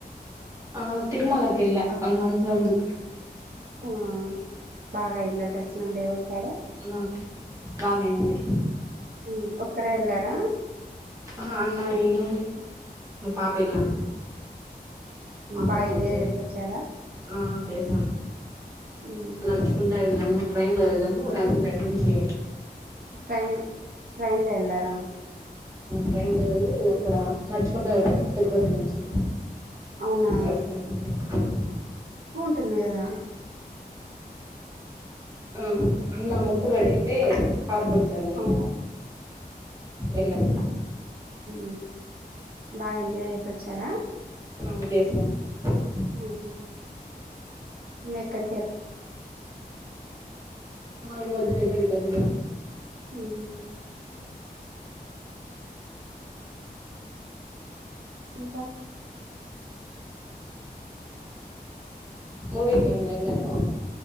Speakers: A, on the right; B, on the right.
A: ఆ తిరుమలకెళ్ళ వన్ మంత్ ముందు
B: ఆ బాగా అయింద దర్శనం దేవుడుకాడ
A: ఆ బాగయింది
B: మ్ ఒక్కరే ఎళ్ళారా
A: ఆ అన్నా నేను పాప ఎలా ఉంది అక్క
B: బాగా
A: కుతు
B: ఎంజాయ్ చేసి వచ్చారా
A: ఆ చేసాం
B: మ్మ్
A: నడుచుకుంటా ఎళ్ళాము ట్రైన్ లో వెళ్ళాము రాజంపేట నుంచి
B: ట్రైన్ ట్రైన్ లో వెళ్ళారా
A: ట్రైన్లో వెళ్ళి అక్కడ
B: ఉమ్
A: నడుచుకుంటా వెళ్ళాం తిరుపతి నుంచి
B: అవునా
A: దస్ మ్
B: టు ఉంది గదా
A: ఆ అన్నా మొక్కుబడి తే పాప పుడతదని
B: ఓ
A: వెళ్ళను
B: మ్ బాగా ఎంజాయ్ చేసి వచ్చారా
A: జేశాము
B: అవునా ఎక్కడ
A: ఈ మధ్యన ఎక్కడకెళ్ళ
B: హ్మ్ <inaudible> ఇంక
A: మూవీకి ఎమైనా ఎళ్ళర